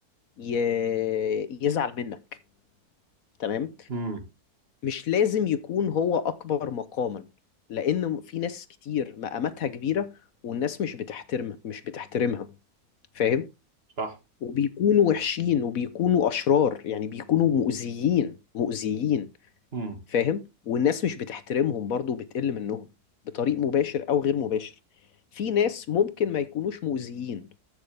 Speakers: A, on the left (about 65°); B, on the right (about 40°).
A: ي... يزعل منك تمام
B: امم
A: مش لازم يكون هو اكبر مقاما لان في ناس كتير مقاماتها كبيرة والناس مش بتحترمها مش بتحترمها فاهم
B: صح
A: وبيكونوا وحشين وبيكونوا اشرار يعني بيكونوا مؤذيين مؤذيين
B: امم
A: فاهم والناس مش بتحترمهم برضو وبتقل منهم بطريق مباشر او غير مباشر في ناس ممكن ما يكونوش مؤذيين